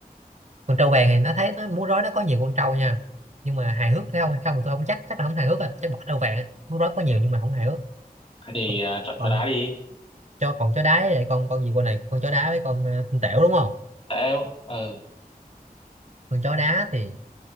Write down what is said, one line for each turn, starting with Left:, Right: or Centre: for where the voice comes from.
Right: con trâu vàng thì nó thấy nó múa rối nó có nhiều con trâu nha nhưng mà hài hước hay không hay không thì tôi không chắc chắc là không hài hước rồi chắc bỏ trâu vàng á. múa rối có nhiều nhưng mà không hài hước
Left: thế thì
Right: còn,
Left: ờ, chọn
Right: còn
Left: chó đá đi
Right: cho còn chó đá vậy con con gì con này con chó đá với con, ờ, con tẻo đúng không
Left: tễu ờ
Right: con chó đá thì